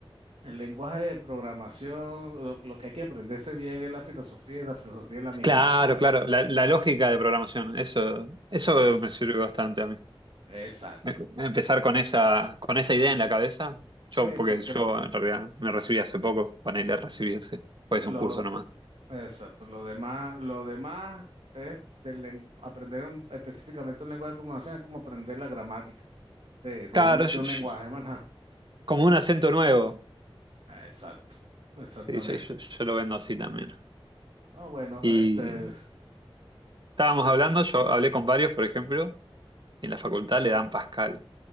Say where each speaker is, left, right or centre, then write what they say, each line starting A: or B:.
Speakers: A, on the right; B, on the right.
A: el lenguaje de programación, lo, lo que hay que aprenderse bien es la filosofía, y la filosofía es la misma
B: Claro,
A: en todas.
B: claro, la, la lógica de programación, eso, eso
A: Es-
B: me sirve bastante a mí.
A: exacto.
B: Em- Empezar con esa, con esa idea en la cabeza,
A: Sí,
B: yo, porque
A: porque
B: yo en realidad me recibí hace poco, ponele a recibirse, pues
A: lo,
B: un curso nomás.
A: exacto, lo demás, lo demás es del len- aprender un- específicamente un lenguaje de comunicación es como aprender la gramática de, de
B: Claro,
A: una, de
B: yo-
A: un
B: yo-
A: lenguaje, más nada.
B: como un acento nuevo,
A: Ah, Exacto, exactamente.
B: sí, yo, yo yo lo vendo así también.
A: No, bueno,
B: Y
A: este,
B: estábamos
A: eh,
B: hablando, yo hablé con varios, por ejemplo, y en la facultad le dan Pascal.